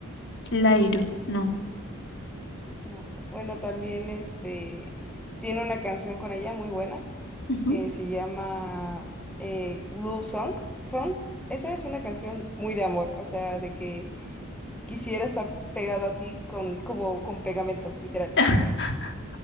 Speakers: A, on the left; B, in the centre.
A: Lairo, no.
B: no, bueno, también, este, tiene una canción con ella muy buena,
A: ujú.
B: eh, se llama eh, Glue Song, Song, esa es una canción muy de amor, o sea, de que quisiera estar pegado a ti con, como con pegamento, literal.
A: <laughs>
B: <laughs>